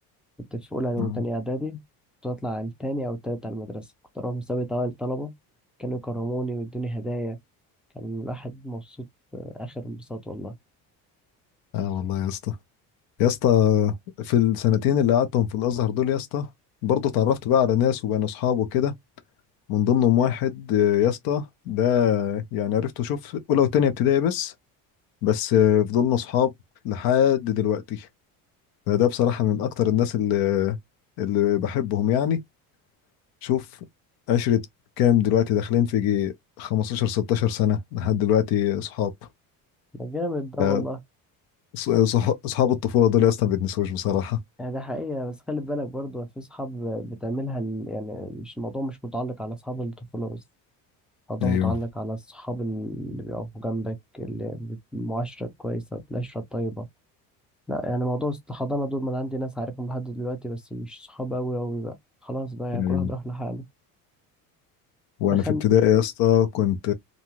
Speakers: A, in the centre; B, on the left.
A: كنت في اولى وتانية
B: اه
A: اعدادي كنت اطلع التاني او التالت على المدرسه كنت اروح مسابقه اوائل الطلبه كانوا يكرموني ويدوني هدايا كان الواحد مبسوط آه، اخر انبساط والله
B: آه والله يا اسطى يا اسطى في السنتين اللي قعدتهم في الازهر دول يا اسطى برضه اتعرفت بقى على ناس وبقينا اصحاب وكده من ضمنهم واحد آه، يا اسطى ده يعني عرفته شوف اولى وتانية ابتدائي بس بس آه، فضلنا اصحاب لحد دلوقتي فده بصراحة من أكتر الناس اللي اللي بحبهم يعني شوف عشرة كام دلوقتي داخلين في جي 15 16 سنة لحد دلوقتي صحاب
A: ده جامد ده
B: آه،
A: والله
B: ص- صح- صحاب الطفولة دول يا اسطى ما بيتنسوش بصراحة
A: يعني ده حقيقة بس خلي بالك برضه في صحاب بتعملها ال- يعني مش الموضوع مش متعلق على أصحاب الطفولة بس الموضوع
B: ايوه
A: متعلق على الصحاب اللي بيقفوا جنبك اللي بت- المعاشرة الكويسة العشرة الطيبة لا يعني موضوع الحضانة دول ما أنا عندي ناس عارفهم لحد دلوقتي بس مش صحاب أوي أوي بقى خلاص بقى يعني
B: ايوه
A: كل واحد راح لحاله
B: وأنا
A: ده خان
B: في ابتدائي يا اسطى كنت